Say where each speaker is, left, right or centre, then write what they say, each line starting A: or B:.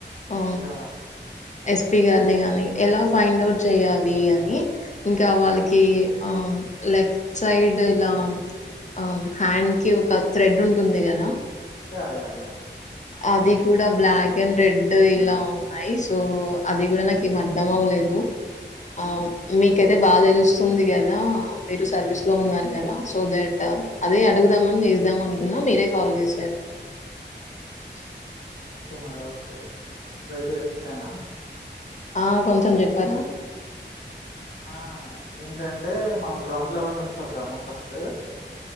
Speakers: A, on the left; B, on the left.
A: ఆ
B: యా
A: ఎస్పి గారిని గాని, ఎలా ఫైండ్ అవుట్ చెయాలి అని? ఇంకా, వాళ్ళకి ఆ లైఫ్ సైడ్ ఇలా ఆ, హ్యాండ్ కి ఒక థ్రెడ్ ఉంటుంది కదా?
B: Yeah, yeah, yeah.
A: అది కూడా
B: అవును మేడం
A: బ్లాక్ అండ్ రెడ్. డు ఇలా ఉన్నాయి సో, అది కూడ నాకేం అర్ధం అవలేదు. ఆ,
B: ఓకే
A: మీకైతే
B: మేడం
A: బా తెలుస్ తుంది కదా, మీరు సర్వీస్ లో ఉన్నారు కదా, సో దట్ అదే అడుగుదామని చేస్దామనుకున్న మీరే కాల్ చేశారు. <inaudible>
B: Okay madam okay. A try to explain అహ్?
A: ఆ కొంచెం చెప్పారా?
B: ఆ, ఏంటంటే మనం గ్రౌండ్ లెవెల్ నుంచి వద్దాము ఫస్ట్.